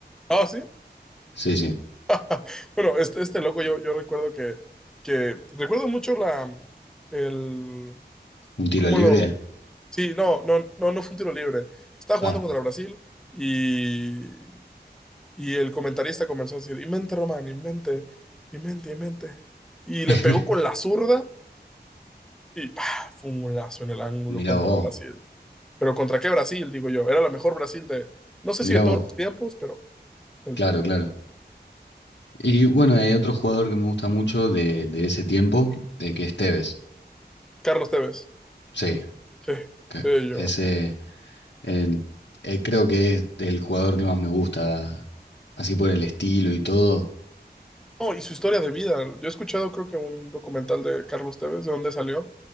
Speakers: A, in the centre; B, on the left.
A: Ah, sí.
B: Sí, sí.
A: <laughs> Bueno, este, este loco yo, yo recuerdo que, que... Recuerdo mucho la... El...
B: ¿Un tiro
A: ¿Cómo
B: libre?
A: lo...? Sí, no, no, no, no fue un tiro libre. Estaba jugando
B: Ah,
A: contra Brasil y... Y el comentarista comenzó a decir, invente, Román, invente, invente, invente. Y le
B: <laughs>
A: pegó con la zurda y ¡pah! fue un lazo en el ángulo
B: mira
A: contra
B: vos.
A: Brasil. Pero ¿contra qué Brasil, digo yo? Era la mejor Brasil de, no sé
B: Mirá
A: si de todos
B: vos,
A: los tiempos, pero de,
B: claro,
A: de
B: claro. Y bueno, hay otro jugador que me gusta mucho de, de ese tiempo, de que es Tevez.
A: Carlos Tevez.
B: Sí,
A: Sí,
B: que-
A: sí, yo.
B: ese eh, eh, creo que es el jugador que más me gusta, así por el estilo y todo.
A: No, y su historia de vida. Yo he escuchado, creo que un documental de Carlos Tevez, de dónde salió.